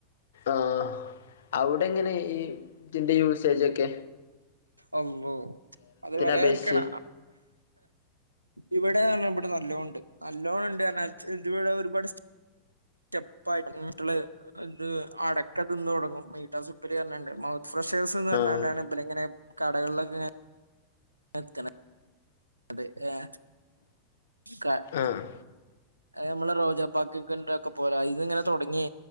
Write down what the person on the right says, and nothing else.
അള്ളോഹ് അത് പറയാതിരിക്കണ
ഇവടെന്ന ഇവടെ നല്ലോണ്ട് നല്ലോണം ഇണ്ട് അർഞ്ഞാ ഇത് ഇവടെ ഒര്പാട് സ്റ്റെപ്പായി തന്നിട്ട് ള്ള് ഇത് അടക്ക തിന്ന് തൊടങ്ങും മീറ്റാ സുപ്പരി അർഞ്ഞാണ്ട് മൗ ഫ്രഷേഴ്‌സ്ന്ന് പർഞ്ഞണ്ടാണ്
ഇപല്ങ്ങനെ കടകൾലൊക്കെങ്ങനെ നിർത്തണെ അതെ ഏഹ് ക
നമ്മളെ റോജാപ്പാക്ക്ക്കെണ്ടൊക്കെ പോലെ ഐന്ന്ങ്ങനെ തൊടങ്ങി